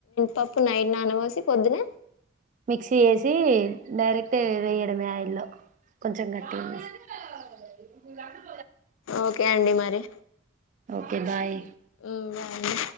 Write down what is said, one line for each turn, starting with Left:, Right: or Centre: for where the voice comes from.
Left: పప్పు నైట్ నానపొసి పొద్దున
Right: మిక్సీ చేేసి డైరెక్ట్ వేయడమే ఆయిల్లో కొంచెం గట్టిగా చేసుకోవాలి
Left: ఓకే అండి మరి
Right: ఓకే బాయ్
Left: మ్మ్ బాయ్